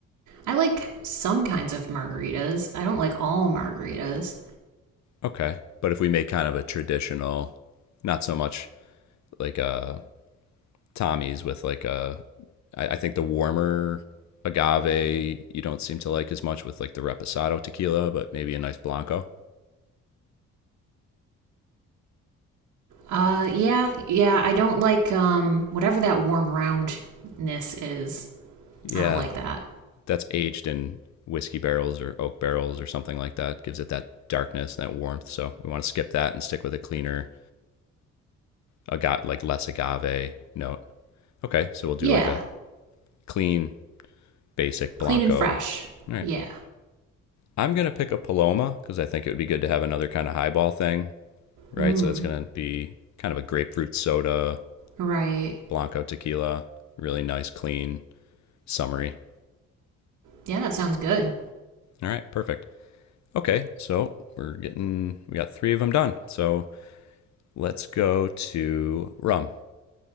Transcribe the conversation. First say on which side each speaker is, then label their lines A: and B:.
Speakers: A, on the right (about 75°); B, on the left (about 65°).
A: I like some kinds of margaritas. I don't like all margaritas.
B: Okay, but if we make kind of a traditional, not so much like a Tommy's with like a, I, I think the warmer agave you don't seem to like as much with like the reposado tequila, but maybe a nice blanco.
A: Uh, yeah, yeah. I don't like um whatever that warm roundness is.
B: Yeah,
A: I don't like that.
B: that's aged in whiskey barrels or oak barrels or something like that. Gives it that darkness, and that warmth. So we want to skip that and stick with a cleaner agave, like less agave note. Okay, so we'll do
A: Yeah,
B: like a clean, basic Blanco.
A: clean and fresh.
B: All right,
A: Yeah.
B: I'm gonna pick a Paloma because I think it would be good to have another kind of highball thing, right?
A: Mm.
B: So that's gonna be kind of a grapefruit soda,
A: Right.
B: Blanco tequila, really nice, clean, summery.
A: Yeah, that sounds good.
B: All right, perfect. Okay, so we're getting we got three of them done. So let's go to rum.